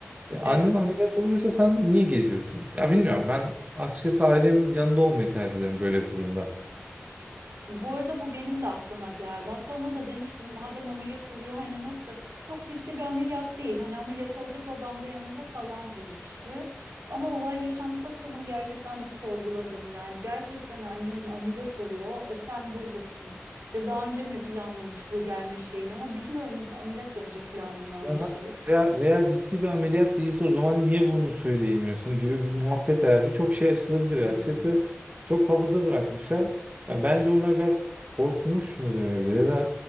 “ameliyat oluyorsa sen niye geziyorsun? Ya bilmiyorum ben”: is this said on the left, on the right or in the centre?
Right